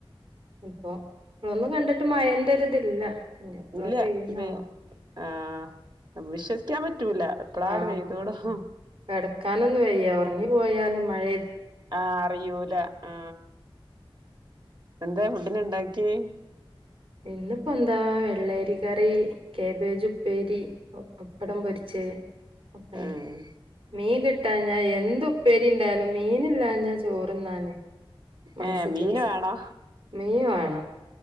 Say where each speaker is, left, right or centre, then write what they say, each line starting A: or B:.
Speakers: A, on the right; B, on the right.
A: ഇപ്പൊ ഇപ്പളൊന്നും കണ്ടിട്ട് മഴന്റെ ഒരിതില്ല ഇനി എപ്പളാ
B: ഇല്ല
A: പെയ്യാന്നാവോ
B: ത് ആ വിശ്വസിക്കാൻ പറ്റൂല എപ്പളാണ്ട്
A: ആ
B: പെയ്തോളും
A: കെടക്കാനൊന്നും വയ്യ ഒർങ്ങി പോയാല് മഴ
B: ആ അറിയൂല ആ എന്താ ഫുഡിന് ഇണ്ടാക്കിയെ
A: ഇന്നിപ്പ എന്താ വെള്ളരി കറീ കേബേജ് ഉപ്പേരി പപ്പടം പൊരിച്ചെ ഒക്കണ്ട്
B: ഏഹ്
A: മീൻ കിട്ടാഞ്ഞാ ഞാൻ എന്ത് ഉപ്പേരി ഇണ്ടായാലും മീനില്ലാഞ്ഞ ചോറ്ന്നാന് മനസ്സക്ക്‌
B: ഏഹ് മീന്
A: ഒര് സ്
B: വേണോ
A: മീവാണം